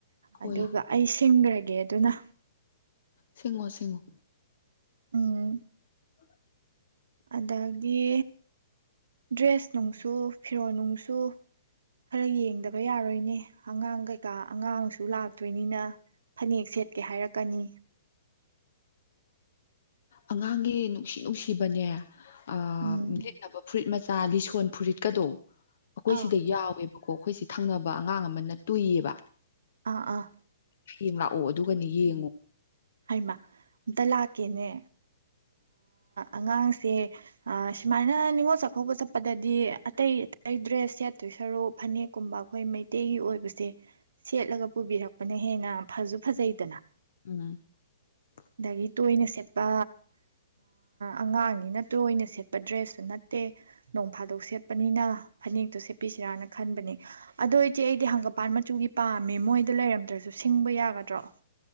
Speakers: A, on the left; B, on the right.
A: ꯍꯣꯏ
B: ꯑꯗꯨꯒ ꯑꯩ ꯊꯤꯡꯈ꯭ꯔꯒꯦ ꯑꯗꯨꯅ
A: ꯁꯤꯡꯉꯣ ꯁꯤꯡꯉꯣ
B: ꯎꯝ
A: <inaudible>
B: ꯑꯗꯒꯤ ꯗ꯭ꯔꯦꯁ ꯅꯨꯡꯁꯨ ꯐꯤꯔꯣꯜ ꯅꯨꯡꯁꯨ ꯈꯔ ꯌꯦꯡꯗꯕ ꯌꯥꯔꯣꯏꯅꯦ ꯑꯉꯥꯡ ꯀꯩꯀꯥ ꯑꯉꯥꯡꯁꯨ ꯂꯥꯛꯇꯣꯏꯅꯤꯅ ꯐꯅꯦꯛ ꯁꯦꯠꯀꯦ ꯍꯥꯏꯔꯛꯀꯅꯤ
A: ꯑꯉꯥꯡꯒꯤ ꯅꯨꯡꯁꯤ ꯅꯨꯡꯁꯤꯕꯅꯦ ꯑ
B: ꯎꯝ
A: ꯂꯤꯠꯅꯕ ꯐꯨꯔꯤꯠ ꯃꯆꯥ ꯂꯤꯁꯣꯟ ꯐꯨꯔꯤꯠꯀꯗꯣ ꯑꯩꯈꯣꯏ
B: ꯑꯥ
A: ꯁꯤꯗ ꯌꯥꯎꯋꯦꯕ ꯀꯣ ꯑꯩꯈꯣꯏꯁꯤ ꯊꯪꯅꯕ ꯑꯉꯥꯡ ꯑꯃꯅ ꯇꯨꯏꯌꯦꯕ
B: ꯑꯥ ꯑꯥ
A: ꯍꯌꯦꯪ ꯂꯥꯛꯑꯣ ꯑꯗꯨꯒꯅꯤ ꯌꯦꯡꯉꯨ
B: ꯍꯥꯏꯃ ꯑꯝꯇ ꯂꯥꯛꯀꯦꯅꯦ ꯑꯉꯥꯡꯁꯦ ꯁꯨꯃꯥꯏꯅ ꯅꯤꯉꯣꯜ ꯆꯥꯛꯀꯧꯕ ꯆꯠꯄꯗꯗꯤ ꯑꯇꯩ ꯑꯇꯩ ꯗ꯭ꯔꯦꯁ ꯁꯦꯠꯇꯣꯏ ꯁꯔꯨ ꯐꯅꯦꯛꯀꯨꯝꯕ ꯑꯩꯈꯣꯏ ꯃꯩꯇꯩꯒꯤ ꯑꯣꯏꯕꯁꯦ ꯁꯦꯠꯂꯒ ꯄꯨꯕꯤꯔꯛꯄꯅ ꯍꯦꯟꯅ ꯐꯁꯨ ꯐꯖꯩꯗꯅ
A: ꯎ
B: ꯑꯗꯒꯤ ꯇꯣꯏꯅ ꯁꯦꯠꯄ ꯑꯉꯥꯡꯅꯤꯅ ꯇꯣꯏꯅ ꯁꯦꯠꯄ ꯗ꯭ꯔꯦꯁꯁꯨꯨ ꯅꯠꯇꯦ ꯅꯣꯡ ꯐꯥꯗꯣꯛ ꯁꯦꯠꯄꯅꯤꯅ ꯐꯅꯦꯛꯇꯣ ꯁꯦꯠꯄꯤꯁꯤꯔꯥꯅ ꯈꯟꯕꯅꯤ ꯑꯗꯣ ꯏꯆꯦ ꯑꯩꯗꯤ ꯍꯪꯒꯄꯥꯟ ꯃꯆꯨꯒꯤ ꯄꯥꯝꯃꯦ ꯃꯣꯏꯗꯣ ꯂꯩꯔꯝꯗ꯭ꯔꯁꯨ ꯁꯤꯡꯕ ꯌꯥꯒꯗ꯭ꯔꯣ